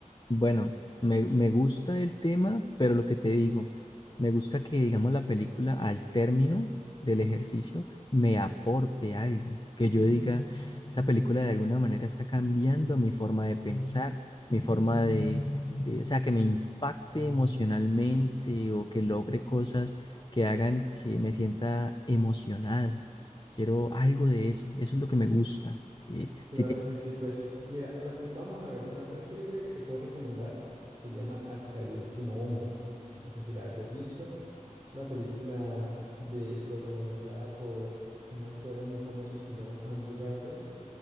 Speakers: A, on the left; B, on the right.
A: Bueno, me, me gusta el tema, pero lo que te digo, me gusta que, digamos, la película al término del ejercicio me aporte algo, que yo diga, <sniffs> esa película de alguna manera está cambiando mi forma de pensar, mi forma de, de, o sea, que me impacte emocionalmente o que logre cosas que hagan que me sienta emocionado. Quiero algo de eso, eso es lo que me gusta, que
B: Claro
A: si
B: que sí, pues mira, la prim- vamos a ver, va- la primera película que te puedo recomendar se llama Hasta el último hombre. No sé si la hayas visto. Es una película de protagonizada por un actor muy famoso que se llama Andrew Garfield.